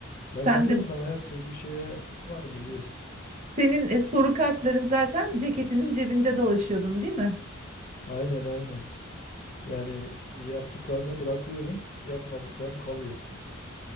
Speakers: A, on the right (about 35°); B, on the left (about 40°).
A: sen
B: Ben hazırım.
A: de
B: Ben her türlü şeye varım biliyorsun.
A: senin e, soru kartların zaten ceketinin cebinde dolaşıyordun değil mi?
B: Aynen, aynen. Yani yaptıklarımı bırakıyorum, yapmadıklarım kalıyor.